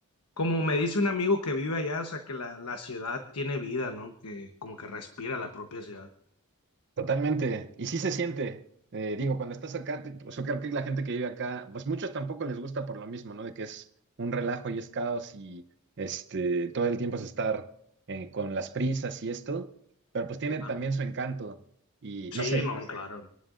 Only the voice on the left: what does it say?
como me dice un amigo que vive allá, o sea, que la, la ciudad tiene vida, ¿no? Que como que respira la propia ciudad.
Claro.
Sí,
no, claro.